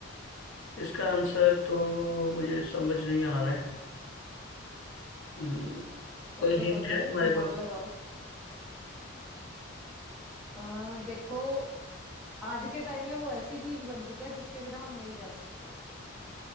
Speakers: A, on the left; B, in the centre.
A: इसका आंसर तो मुझे समझ नहीं आ रहा है हम्म,
B: सोचो
A: कोई हिंट
B: सोचो
A: है तुम्हारे
B: दिमाग
A: पास
B: लगाओ आ, देखो आज के टाइम में वो ऐसी चीज बन चुका है जिसके बिना हम नहीं रह सकते